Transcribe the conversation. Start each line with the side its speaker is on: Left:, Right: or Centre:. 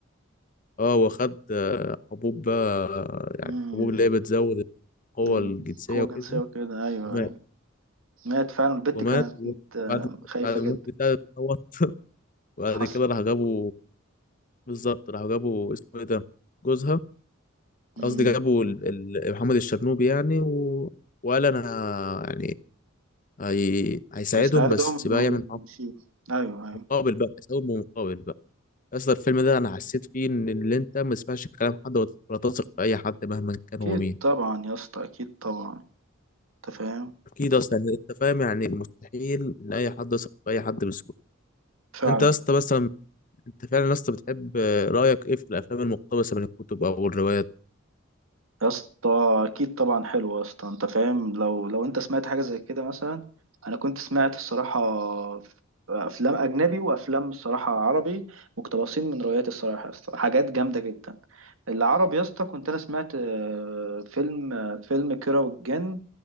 Left: اه واخد آه، حبوب بقى يعني
Right: يوميها
Left: حبوب اللي هي بتزود القوة
Right: القوة
Left: الجنسية
Right: الجنسية
Left: وكده
Right: وكده أيوه
Left: ومات
Right: أيوه مات فعلا البت
Left: ومات
Right: كانت
Left: وبعد
Right: مت- خايفة
Left: بعد الموت
Right: جدا
Left: بتاعه اتطور وبعد
Right: حصل
Left: كده راح جابوا بالظبط راح جابوا اسمه ايه ده جوزها
Right: مم.
Left: قصدي جابوا ال- ال- محمد الشرنوبي يعني و... وقال انا يعني هي... هيساعدهم
Right: يساعدهم
Left: بس
Right: إن
Left: بقى
Right: هو
Left: يعمل معاهم
Right: يشيله أيوه أيوه
Left: مقابل بقى يساوي مقابل بقى اصلا الفيلم ده انا حسيت فيه ان اللي انت ما تسمعش كلام حد ولا تثق في اي حد مهما كان
Right: أكيد
Left: هو مين
Right: طبعا يا اسطى أكيد طبعا أنت فاهم
Left: اكيد اصلا انت فاهم يعني مستحيل ان اي حد يثق في اي حد بسهوله
Right: فعلا
Left: انت يا اسطى مثلا انت فعلا يا اسطى بتحب رايك ايه في الافلام المقتبسه من الكتب او الروايات
Right: يا اسطى أكيد طبعا حلو يا اسطى أنت فاهم لو لو أنت سمعت حاجة زي كده مثلا أنا كنت سمعت الصراحة ف- أفلام أجنبي وأفلام الصراحة عربي مقتبسين من روايات الصراحة يا اسطى حاجات جامدة جدا العربي يا اسطى كنت انا سمعت آه، فيلم آه، فيلم كيرة والجن